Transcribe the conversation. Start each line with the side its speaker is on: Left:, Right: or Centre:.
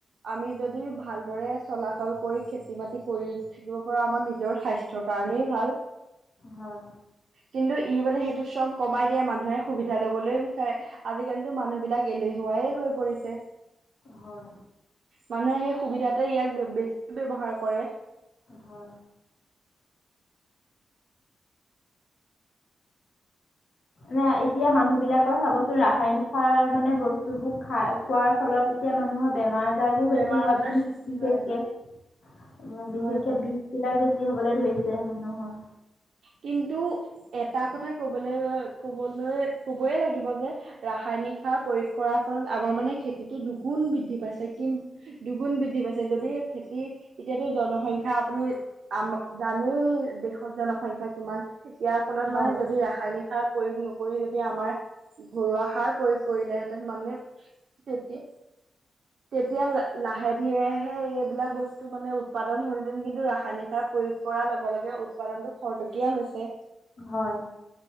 Right: আমি যদি ভালদৰে চলাচল কৰি খেতি বাতি কৰি থাকিব পৰা আমাৰ নিজৰ স্বাস্থ্য স্বাস্থ কাৰণেই ভাল
Left: হয়
Right: কিন্তু ই মানে সেইটো শ্ৰম কমাই দিয়ে মানুহে সুবিধা লবলৈ বিচাৰে আজিকালিতো মানুহ বিলাক এলেহুৱাই হৈ পৰিছে।
Left: হয়।
Right: মানুহে সেই সুবিধাতে ইয়াক বে বেছি ব্যৱহাৰ কৰে।
Left: হয়। মানে এতিয়া মানুহ বিলাকৰ চাবচোন ৰাসায়নিক সাৰ মানে বস্তুবোৰ খাই খোৱাৰ ফলত যেতিয়া মানুহৰ বেমাৰ তাৰো
Right: বেমাৰ
Left: বেছি হয়
Right: আজাৰ
Left: বিষ
Right: সৃষ্টি
Left: বিশেষকে
Right: হয় হয়
Left: উম
Right: হয়
Left: বিশেষকে
Right: হয়।
Left: বিষ বিলাক বেছি হবলৈ ধৰিছে মানুহৰ।
Right: কিন্তু এটা কথা ক'বলৈ গৈ ক'বলৈ কবয় লাগিব যে। ৰাসায়নিক সাৰ প্ৰয়োগ কৰাৰ ফলত আমাৰ মানে খেতিটো দুগুণ বৃদ্ধি পাইছে। কিন দুগুণ বৃদ্ধি পাইছে যদি খেতি এতিয়াতো জনসংখ্যা আপুনি আম জানেয়ে দেশত জনসংখ্যা কিমান ইয়াৰ ফলত
Left: হয়
Right: মানে যদি ৰা ৰাসায়নিক সাৰ প্ৰয়োগ নকৰি যদি আমাৰ ঘৰুৱা সাৰ প্ৰয়োগ কৰিলেহেঁতেন মানে তেতিয়া তেতিয়া ল লাহে ধীৰেহে এইবিলাক বস্তু মানে উৎপাদন হ'লহেতেন কিন্তু ৰাসায়নিক সাৰ প্ৰয়োগ কৰাৰ লগে লগে উৎপাদনতটো খৰতকীয়া হৈছে।
Left: হয়।